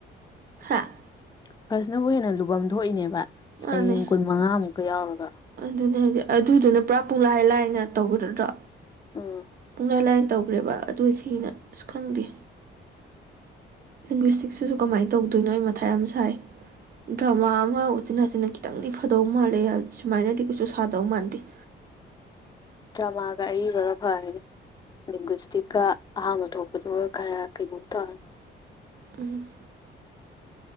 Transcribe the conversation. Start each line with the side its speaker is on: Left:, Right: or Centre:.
Right: ꯍꯥꯥ
Left: ꯐꯔꯁꯅꯕꯨ ꯍꯦꯟꯅ ꯂꯨꯐꯝ ꯊꯣꯛꯏꯅꯦꯕ
Right: ꯃꯥꯅꯦ
Left: ꯁꯩꯌꯦꯡ ꯀꯨꯟ ꯃꯉꯥꯃꯨꯛꯀ ꯌꯥꯎꯔꯒ
Right: ꯑꯗꯨꯅꯦ ꯍꯥꯏꯗꯤ ꯑꯗꯨꯗꯨꯅ ꯄꯨꯔꯥ ꯄꯨꯡꯂꯥꯏ ꯂꯥꯏꯅ ꯇꯧꯕꯗꯨꯗ
Left: ꯎꯝ
Right: ꯄꯨꯡꯂꯥꯢ ꯂꯥꯏꯅ ꯇꯧꯒꯔꯦꯕ ꯑꯗꯨꯒ ꯁꯤꯅ ꯑꯁ ꯈꯪꯗꯦ <unintelligible> ꯀꯃꯥꯏꯅ ꯇꯧꯗꯣꯏꯅꯣ ꯑꯩ ꯃꯊꯥ ꯌꯥꯝ ꯁꯥꯏ ꯗ꯭ꯔꯃꯥ ꯑꯃ ꯎꯆꯤꯟ-ꯅꯆꯤꯟꯅ ꯈꯤꯇꯪꯗꯤ ꯐꯗꯧ ꯃꯥꯜꯂꯦ ꯁꯨꯃꯥꯏꯅꯗꯤ ꯀꯩꯁꯨ ꯁꯥꯗꯧ ꯃꯥꯟꯗꯦ
Left: ꯗꯔꯃꯥꯒ ꯑꯋꯤꯕꯒ ꯐꯥꯔꯥꯅꯤ ꯂꯦꯡꯒꯣꯏꯁꯇꯤꯛꯀ ꯑꯍꯥꯡꯕ ꯊꯣꯛꯄꯗꯨꯒ ꯈꯔ ꯀꯩꯅꯣꯝ ꯇꯧꯔꯅꯤ
Right: ꯎꯝ